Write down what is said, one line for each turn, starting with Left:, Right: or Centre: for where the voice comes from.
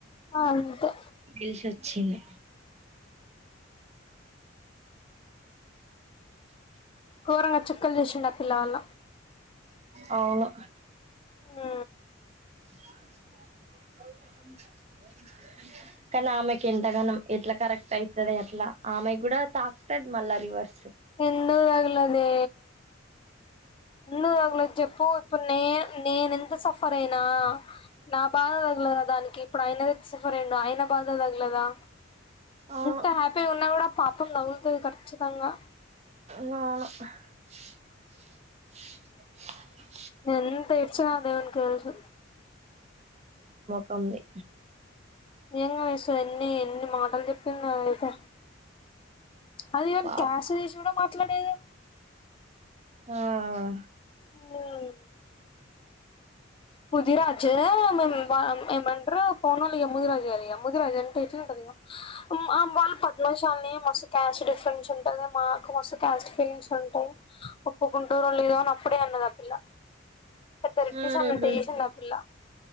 Left: అంతే
Right: టీషర్ట్ ఛీ లే
Left: ఘోరంగా చుక్కలు చూసిండు ఆ పిల్లవాళ్ళ
Right: అవును
Left: ఆ
Right: <unintelligible> కనామ ఎంతగానం ఎట్లా కరెక్ట్ అయితది ఎట్లా ఆమె కూడా తాకుతది మళ్ళా రివర్స్
Left: ఎందుగలదే ఉంది తగలేదు చెప్పు ఇప్పుడు నే నేన ఎంత సఫర్ అయినా, నా బాధ తగలేదా దానికి ఇప్పుడు ఆయన సఫర్ అయిడు ఆయన బాధ తగలేదా.
Right: అవును
Left: ఇంత హ్యాపీ గా ఉన్న కూడా పాప అ నవ్వుతుంది కచ్చితంగా
Right: నవును <unintelligible>
Left: ఎంత ఏడ్చినా అ దేవున్ కే తెల్సు
Right: తొమ్మిది
Left: నింగా విష ఎన్ని ఎన్ని మాటలు చెప్పిందో తెలుసా అదిన్
Right: పాపం
Left: కష్ తెసి కూడాడం మా ఎట్లా నేను
Right: ఆఅ
Left: ఊ ముదిరాజేమన్ ఏమంటారు పోన్ వాళ్ళ ముదిరాజయాలిగ ముదిరాజు అంటే ఎట్లా ఉంటది. ఇ వాళ్ళు పద్మాశాలని మస్తు క్యాస్ట్ డిఫరెన్స్ ఉంటది. మాకు మస్తు క్యాస్ట్ ఫీలింగ్స్ ఉంటాయి. ఒప్పుకుంటూరు, లేదో అని అప్పుడే అన్నది ఆ పిల్ల. పెద్ద రెడ్టి
Right: హ్మ్
Left: సన్న టే సన్ని అ పిల్ల